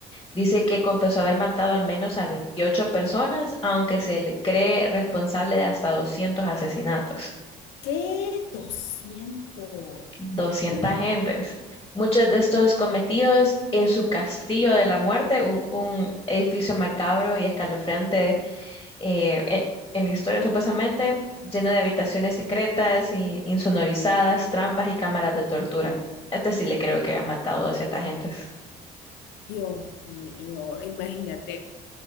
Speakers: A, on the left; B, on the left.
A: Dice que confesó haber matado al menos a 28 personas, aunque se le cree responsable de hasta 200 asesinatos.
B: ¿Qué 200?
A: doscientas
B: Mm,
A: gentes. Muchos de estos cometidos en su castillo de la muerte, un, un edificio macabro y escalofriante eh, e- en la historia supuestamente, lleno de habitaciones secretas y insonorizadas, trampas y cámaras de tortura. Este sí le creo que ha matado a ciertas gentes.
B: Dios mío, imagínate,